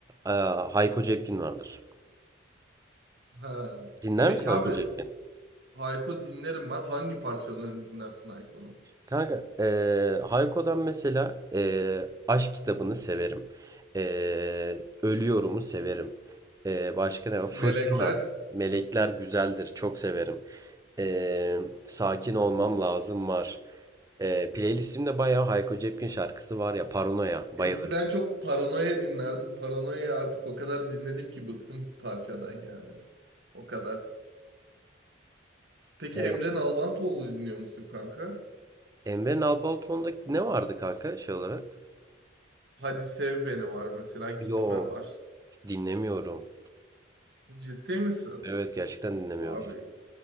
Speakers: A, on the right; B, on the right.
A: eee, Hayko Cepkin vardır.
B: Ha.
A: Dinler
B: Peki
A: misin
B: abi
A: Hayko Cepkin?
B: Hayko dinlerim ben. Hangi parçalarını dinlersin Hayko'nun?
A: Kanka eee, Hayko'dan mesela eee, Aşk kitabını severim. Eee, Ölüyorum'u severim. Eee, başka ne var? Fırtına.
B: Melekler.
A: Melekler Güzeldir. Çok severim. Ee, sakin olmam lazım var. Ee, playlistimde bayağı Hayko Cepkin şarkısı var ya Paranoya. Bayılırım.
B: Eskiden çok Paranoya dinlerdim. Paranoya artık o kadar dinledim ki bıktım parçadan yani. O kadar. Peki
A: Evet.
B: Emre Nalbantoğlu dinliyor musun kanka?
A: Emre Nalbalıton'da ne vardı kanka şey olarak?
B: Hadi sev beni var mesela gitme
A: Yok
B: var.
A: dinlemiyorum.
B: Ciddi misin?
A: Evet gerçekten dinlemiyorum.
B: Abi